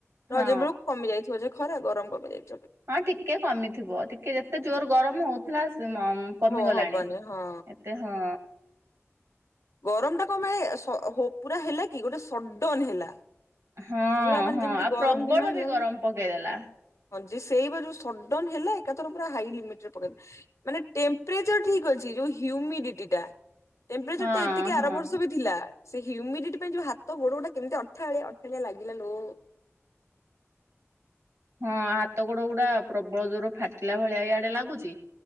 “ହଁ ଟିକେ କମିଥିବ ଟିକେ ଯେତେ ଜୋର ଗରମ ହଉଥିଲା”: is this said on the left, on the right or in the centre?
Right